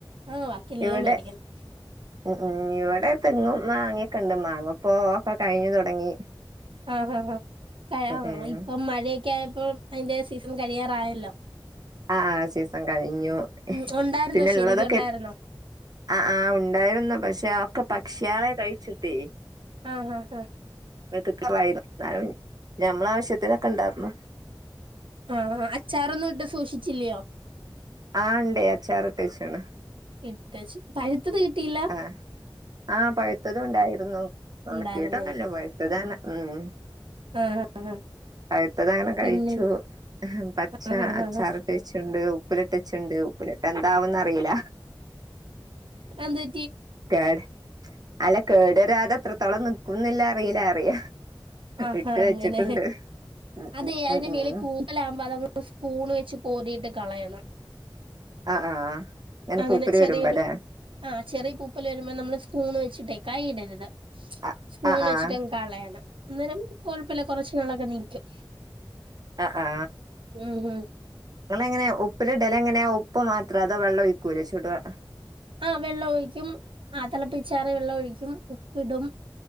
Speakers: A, on the right; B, on the right.
A: ആഹ് ബാക്കിയെല്ലാം
B: ഇവിടെ
A: മേടിക്കണം
B: ഉം ഉം ഇവിടെ തെങ്ങും മാങ്ങേക്ക ഉണ്ട് മാങ്ങപ്പൊ ഒക്കെ കഴിഞ്ഞു തുടങ്ങി.
A: ആഹ ഹ ഹ ക
B: ഉം ഉം
A: ഇപ്പം മഴെ ക്കെ ആയപ്പോം അതിന്റെ സീസൺ കഴിയാറായല്ലോ?
B: ആ ആ സീസൺ കഴിഞ്ഞു.
A: ഉം ഉണ്ടായിരുന്നോ
B: പിന്നെള്ളതൊക്കെ
A: ശരിക്കും ഉണ്ടായിരുന്നോ
B: ആ ആ ഉ ഇണ്ടായിരുന്നു പക്ഷെ ഒക്കെ പക്ഷിയാളെ കഴിച്ചിട്ടേ
A: ആ ആ ആ
B: <unintelligible> ഞമ്മള ആവശ്യത്തിനൊക്കെ ഇണ്ടാർന്നു
A: ആ അച്ചാറൊന്നും ഇട്ട് സൂക്ഷിച്ചില്ലയോ?
B: ആ ഉണ്ടേ അച്ചാറിട്ട് വെച്ചേക്കണ്
A: ഇട്ടേച്ചു പഴു പഴുത്തത് കിട്ടീല
B: ആ ആ പഴുത്തതും ഉണ്ടായിരുന്നു. ഒണക്കീട്ടൊന്നും
A: ഉണ്ടായിരുന്നോ
B: ഇല്ല പഴുത്തത് തന്നേ. ഉം ഉം
A: ആഹ് ആഹ്
B: പഴുത്തത് അങ്ങനെ കഴിച്ചു.
A: പിന്നെ
B: പച്ച
A: ആഹ് ആഹ്
B: അച്ചാറിട്ട്
A: ആഹ്
B: വെച്ചിട്ടുണ്ട് ഉപ്പിലിട്ടച്ചിട്ടുണ്ട് ഉപ്പിലി എന്താവൊന്ന് അറിയില്ല
A: അതെന്തേ
B: കേട് അല്ല കേട്വരാതെ അത്രത്തോളം നിക്കുംന്നല്ല അറിയില്ല അറിയ
A: ആഹാ
B: ഇട്ട് വെച്ചിട്ടുണ്ട്
A: അങ്ങനെ
B: ഉം
A: അതെ
B: ഉം
A: അതിന്റെ
B: ഉം
A: മേളിൽ
B: ഉം
A: പൂക്കള ആകുമ്പോ അതമ്മേ സ്പൂണ് വെച്ച് കോരീട്ട് കളയണം
B: ആഹ് ആഹ് ആഹ് ഇങ്ങനെ
A: അങ്ങനെ
B: പൂപ്പല്
A: ചെറിയൊരു
B: വരുമ്പല്ലേ
A: ആ ചെറിയ പൂപ്പല് വരുമ്പോ നമ്മള് സ്പൂണ് വെച്ചിട്ടേ കൈ ഇടരുത്
B: ആഹ്
A: സ്പൂൺ
B: ആഹ് ആഹ്
A: വെച്ചിട്ട് അങ്ങ് കളയണം അന്നേരം കുഴപ്പല്ല കുറച്ച് നാളൊക്കെ നിക്കും
B: ആ ആ
A: ഉം ഹും
B: ങ്ങഎങ്ങനെ ഉപ്പില് ഇടല് എങ്ങനെയാ ഉപ്പ മാത്രം അതോ വെള്ളം ഒഴിക്കൂല ചുടാ
A: ആ വെള്ളം ഒഴിക്കും ആതിളപ്പിച്ചാറി വെള്ളം ഒഴിക്കും ഉപ്പിടും